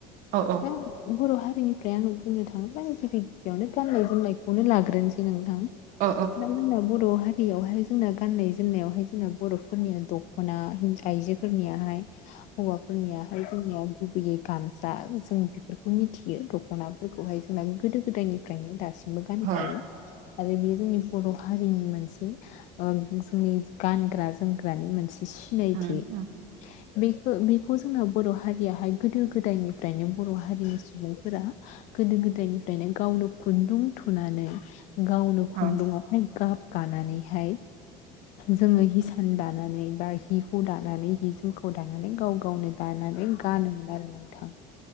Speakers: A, on the right; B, on the left.
A: औ औ
B: दा बर' हारिनिफ्राय आङो बुंनो थाङोबा गिबि गिबियावनो गाननाय जोमनायखौनो लाग्रोनोसै नोंथां '
A: अ
B: <inaudible> हारियावहाय जोंना गाननाय जोमनायावहाय जोंना बर'फोरनिया दख'ना हिन आइजोफोरनियाहाय हौवाफोरनियाहाय जोंनियाव गुबैयै गामसा जों बेफोरखौ मिथियो दख'नाफोरखौ माय <unintelligible> जोंना गोदो गोदायनिफ्रायनो दासिमबो गानखायो।
A: अ
B: आरो बेयो जोंनि बर' हारिनि मोनसे ओ जोंनि गानग्रा जोमग्रानि मोनसे सिनायथि
A: अ उम उम
B: बेखौ बे बेखौ जोंनो बर' हारियाहाय गोदो गोदायनिफ्रायनो बर' हारिनि सुबुंफोरा गोदो गोदायनिफ्रायनो गावनो खुन्दुं थुनानै गावनो खुन्दुंआवहाय
A: अ
B: गाब गानानैहाय जोङो हिसान दानानै बा हि हु दानानै हि जोमखौ दानानै गाव गावनो दानानै नानै गानोमोन आरो नोंथां